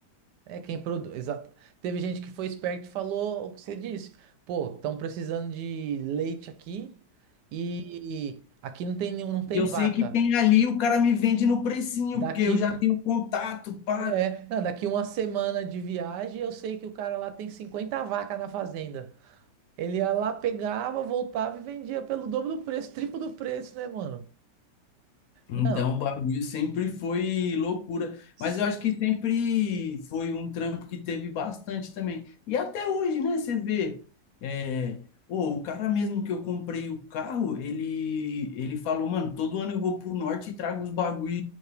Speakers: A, on the right (about 85°); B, on the left (about 70°).
A: é quem produz, exato. Teve gente que foi esperta e falou o que você disse. Pô, estão precisando de leite aqui e aqui não tem nenhum, não tem
B: E eu
A: vaca.
B: sei que tem ali, o cara me vende no precinho,
A: Daqui,
B: porque eu já tenho contato, pá.
A: é, não, daqui uma semana de viagem, eu sei que o cara lá tem 50 vacas na fazenda. Ele ia lá, pegava, voltava e vendia pelo dobro do preço, triplo do preço, né, mano? Não.
B: Então, o bagulho sempre foi loucura,
A: S-
B: mas eu acho que sempre foi um trampo que teve bastante também. E até hoje, né, você vê, é, ô, o cara mesmo que eu comprei o carro, ele, ele falou, mano, todo ano eu vou pro norte e trago os bagulho,